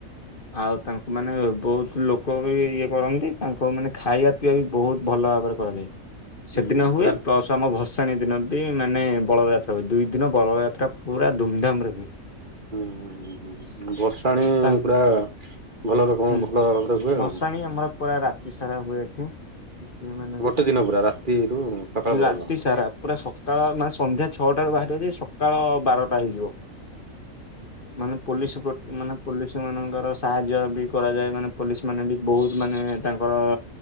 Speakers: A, on the left (about 40°); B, on the right (about 35°).
A: ଆଉ ତାଙ୍କୁ ମାନେ ବହୁତ ଲୋକ ବି ଇଏ କରନ୍ତି ତାଙ୍କ ମାନେ ଖାଇବା ପିଇବା ବି ବହୁତ ଭଲ ଭାବରେ କରାଯାଏ
B: ହୁଁ
A: ସେଦିନ ହୁଏ
B: ଜାଣିଲ
A: ପ୍ଲସ ଆମ ଭସା ଣୀ ଦିନ ବି ମାନେ ବଳଦଯାତ୍ରା ହୁଏ ଦୁଇ ଦିନ ବଳଯାତ୍ରା ପୁରା ଧୁମଧାମ ରେ ହୁଏ।
B: ହୁଁ ବର୍ଷାଣି
A: ତାଙ୍କ
B: ପୁରା ଭଲ ରକମ
A: ହୁଁ
B: ଭଲ ଭାବରେ ହୁଏ
A: ଭସାଣି
B: ଆଉ।
A: ଆମର ପୁରା ରାତି ସାରା ହୁଏ ଏଠି କିଛି ମେ
B: ଗୋଟେ ଦିନ ପୁରା ରାତିରୁ ସକାଳ ପର୍ଯ୍ୟନ୍ତ।
A: ରାତି ସାରା ପୁରା ସକାଳ ମାନେ ସନ୍ଧ୍ୟା ଛଅଟା ରାରୁ ବାହାରିିବ ଯେ ସକାଳ ବାରଟା ହେଇଯିବ ମାନେ ପୋଲିସ ମାନେ ପୋଲିସ ମାନଙ୍କର ସାହାଯ୍ୟ ବି କରାଯାଏ ମାନେ ପୋଲିସ ମାନେ ବି ବହୁତ ମାନେ ତାଙ୍କର